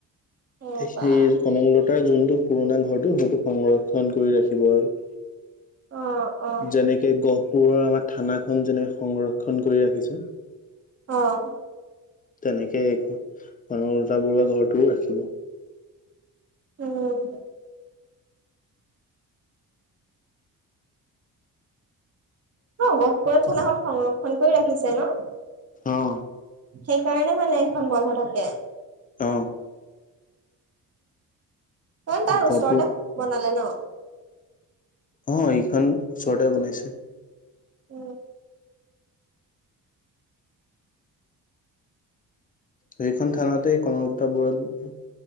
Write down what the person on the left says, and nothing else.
সেই কনকল তাৰ যোনটো পুৰণা ঘৰটো, সেইটো সংৰক্ষণ কৰি ৰাখিব আৰু।
যেনেকে, গহ পুৰা, আমাৰ থানাখন যেনেকে সংৰক্ষণ কৰি ৰাখিছে।
তেনেকে এই কনলতা বৰুৱা, ঘৰটোও ৰাখিব।
অ
অ
গহপুৰ
অ, এইখন ওচৰতে বনাইছে।
সেইখন থানাতেই কনকতা বৰুৱাক,